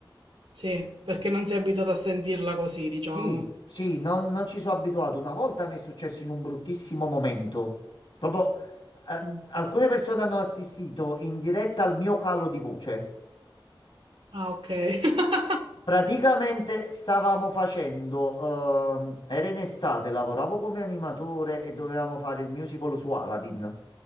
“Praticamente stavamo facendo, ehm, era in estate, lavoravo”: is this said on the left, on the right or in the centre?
Left